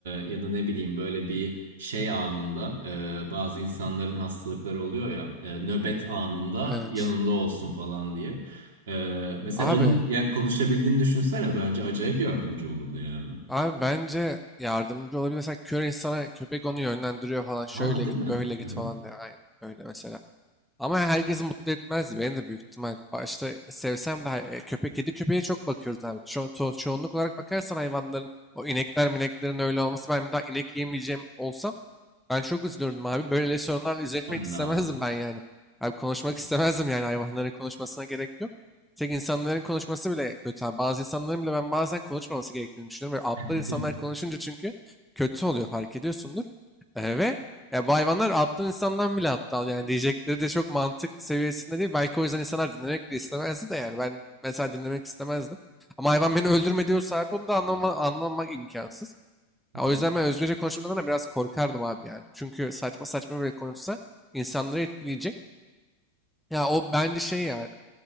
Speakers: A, on the right; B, in the centre.
A: ya da ne bileyim böyle bir şey anında e, bazı insanların hastalıkları oluyor ya e, nöbet anında
B: Evet.
A: yanında olsun falan diye. E, mesela
B: Abi,
A: onun ya konuşabildiğini düşünsene bence acayip yardımcı olurdu yani.
B: abi bence yardımcı olabilir. Mesela kör insana köpek onu yönlendiriyor falan. Şöyle
A: Ha değil
B: git,
A: mi?
B: böyle git
A: Hı hı.
B: falan diye. Aynen öyle mesela. Ama herkesi mutlu etmezdi. Beni de büyük ihtimal başta sevsem de hay- e, köpek, kedi köpeğe çok bakıyoruz abi. Ço to- çoğunluk olarak bakarsan hayvanların o inekler mineklerin öyle olması ben bir daha inek yemeyeceğim olsam ben çok üzülürdüm abi. Böyle sorunlarla yüzleşmek
A: Ben
B: istemezdim
A: de abi.
B: ben yani. Abi konuşmak istemezdim yani hayvanların konuşmasına gerek yok. Tek insanların konuşması bile kötü abi. Bazı insanların bile ben bazen konuşmaması gerektiğini düşünüyorum. Böyle aptal
A: <laughs>
B: insanlar konuşunca çünkü kötü oluyor fark ediyorsundur. Ee, ve ya bu hayvanlar aptal insandan bile aptal yani diyecekleri de çok mantık seviyesinde değil. Belki o yüzden insanlar dinlemek bile istemezdi de yani ben mesela dinlemek istemezdim. Ama hayvan beni öldürme diyorsa abi onu da anlama, anlamak imkansız.
A: Hı
B: Ya o
A: hı.
B: yüzden ben özgürce konuşmadan da biraz korkardım abi yani. Çünkü saçma saçma böyle konuşsa insanları etkileyecek. Ya o bence şey yani